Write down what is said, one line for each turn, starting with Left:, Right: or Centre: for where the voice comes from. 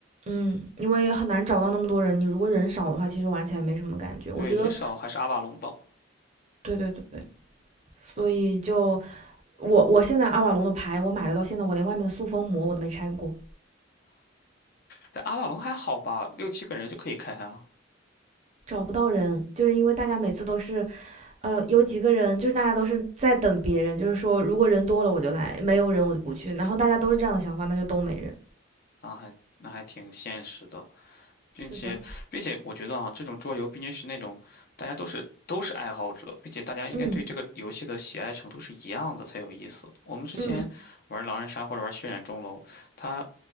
Right: 嗯，因为也很难找到那么多人，你如果人少的话，其实玩起来没什么感觉。我觉得
Left: 对，人少还是阿瓦隆吧，
Right: 对对对对，所以就我我现在阿瓦隆的牌我买了到现在，我连外面的塑封膜我都没拆过。
Left: 但阿瓦隆还好吧，六七个人就可以开啊，
Right: 找不到人，就是因为大家每次都是，呃，有几个人，就是大家都是在等别人，就是说如果人多了我就来，没有人我就不去，然后大家都是这样的想法，那就都没人。
Left: 那还那还挺现实的。并且，
Right: 是的，
Left: 并且我觉得啊，这种桌游毕竟是那种大家都是都是爱好者，并且大家应该对这个游戏的喜爱程度是一样的才有意思。
Right: 嗯
Left: 我们之前玩狼人杀或者玩血染钟楼，
Right: 嗯
Left: 它